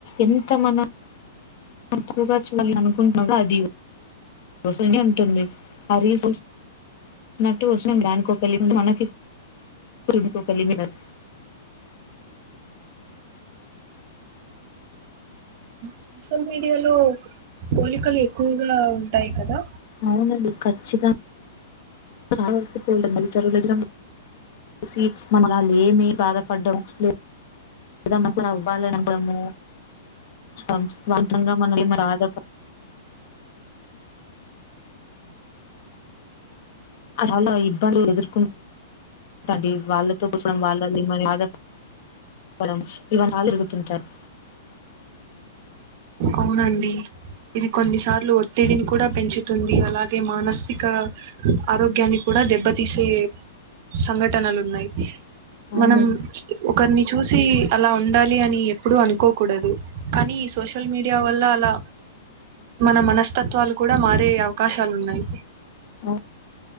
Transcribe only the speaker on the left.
ఎంత మనం మతుగా చూలి అనుకుంటుగా అది వాస్తునేయ్ వుంటుంధి ఆ రీల్స్ ఉయు సుసి నటు వచ్చి డ్యాన్ కోకలి మనకి కుడుకు కలి మిన <unintelligible>
అవునండి ఖచ్చితం గాసావ పోల్ మది తరులద <unintelligible> స్వీట్స్ మనవాలేమి బాధపడ్డం లే దా మనం మన వాళ్లననుకోవడము ఆమ్ వాల్తంగా మన ఏ బాధ అలా ఇబ్బంది ఎదుర్క డి వాళ్ళతో కూసం వాళ్ళది మ బాధ ఇవ్వడం ఇవని సర్లు తిరుగుతుంటారు
అవునండి
అవు